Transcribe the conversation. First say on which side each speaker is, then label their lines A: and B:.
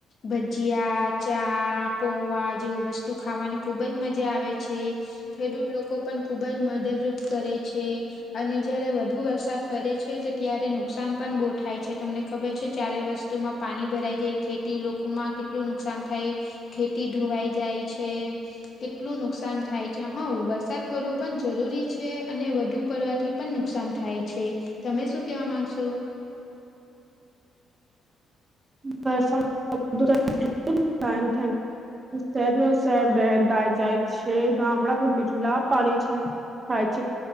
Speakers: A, on the left (about 50°); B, on the right (about 25°).
A: ભજીયા ચા પોવા જેવું વસ્તુ ખાવાની ખુબ જ મજા આવે છે. ખેડૂત લોકો પણ ખુબ જ મદદરૂપ કરે છે અને જયારે વધુ વરસાદ પરે છે તો ત્યારે નુકસાન પણ બહુ થાય છે તમને ખબર છે ચારે વસ્તુમાં પાણી ભરાઈ જાય ખેતી લોકોમાં કેટલું નુકસાન થાય ખેતી ધોવાઈ જાય છે કેટલું નુકસાન થાય છે હા વરસાદ પડવું પણ જરૂરી છે અને વધુ પડવાથી પણ નુકસાન થાય છે તમે શું કેવા માંગશો
B: હ સ દધન થન <unintelligible> શહેર ન શહેર દ દાય જાય છે ગામડા પર પીટલા પાણી છે. થાય છે